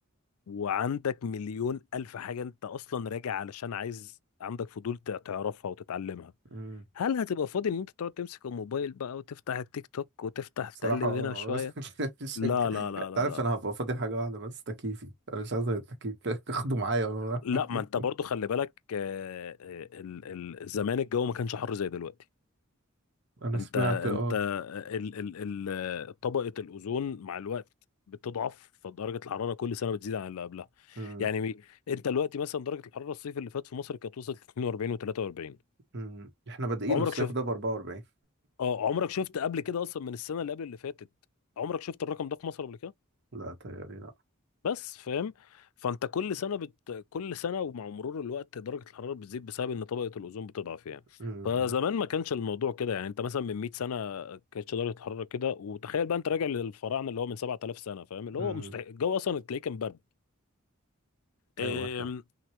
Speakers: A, on the left (about 80°); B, on the right (about 55°).
A: وعندك مليون الف حاجة انت اصلا راجع علشان عايز عندك فضول تع- تعرفها وتتعلمها
B: مم.
A: هل هتبقى فاضي ان انت تقعد تمسك الموبايل بقى وتفتح التيك توك وتفتح
B: بصراحة
A: تقلب
B: اه
A: هنا شوية
B: <laughs> مش
A: لا
B: هنك-
A: لا
B: انت
A: لا لا
B: عارف
A: لا
B: انا هبقى فاضل حاجة واحدة بس تكييفي انا مش عايز غير التكييف <laughs> اخده معايا وانا رايح.
A: لا ما انت
B: <laughs>
A: برضو خلي بالك آه، آه، ال- ال- زمان الجو ما كانش حر زي دلوقتي
B: انا
A: انت
B: سمعت
A: انت
B: اه
A: ال ال ال طبقة الأوزون مع الوقت بتضعف فدرجة الحرارة كل سنة بتزيد عن اللي قبلها
B: مم.
A: يعني مي- انت دلوقتي مثلا درجة الحرارة الصيف اللي فات في مصر كانت وصلت 42 و43
B: مم. احنا بادئين
A: عمرك
B: الصيف
A: شفت
B: ده ب 44
A: اه عمرك شفت قبل كده اصلا من السنة اللي قبل اللي فاتت عمرك شفت الرقم ده في مصر قبل كده
B: لا تهيألي لا
A: بس فاهم فانت كل سنه بت... كل سنه ومع مرور الوقت درجه الحراره بتزيد بسبب ان طبقه الاوزون بتضعف يعني
B: امم
A: فزمان
B: امم
A: ما كانش الموضوع كده يعني انت مثلا من 100 سنه كانتش درجه الحراره كده وتخيل بقى انت راجع للفراعنه اللي هو من 7000 سنه فاهم اللي
B: امم.
A: هو مستحيل الجو اصلا تلاقيه كان برد
B: ايوه
A: أم،
B: معاك حق